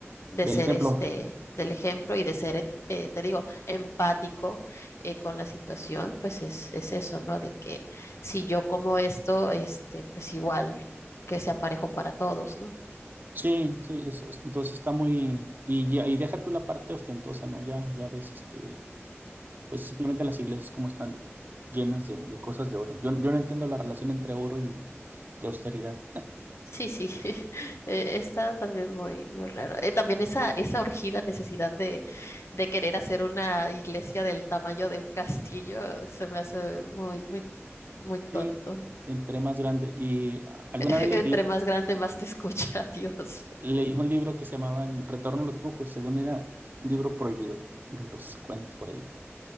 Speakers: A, on the left (about 70°); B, on the right (about 45°).
A: de
B: Del
A: ser
B: ejemplo.
A: este, del ejemplo y de ser, eh, te digo, empático eh, con la situación, pues es, es eso, ¿no? De que si yo como esto, este, pues igual que sea parejo para todos, ¿no?
B: Sí, sí, eso. es- Entonces está muy... Y, ya- y deja tú la parte ostentosa, ¿no? Ya, ya ves, este... pues simplemente las iglesias como están llenas de, de cosas de oro. Yo, yo no entiendo la relación entre oro y, y austeridad.
A: Sí, sí, <laughs> eh, está también muy, muy raro. Eh, también esa, esa urgida necesidad de, de querer hacer una iglesia del tamaño de un castillo se me hace muy, muy, muy tonto.
B: Sí, entre más grande. Y alguna
A: <laughs>
B: vez le,
A: Entre
B: le-
A: más grande, más te escucha <laughs> Dios.
B: leí un libro que se llamaba Retorno a los Brujos, según era un libro prohibido de los 50 por ahí.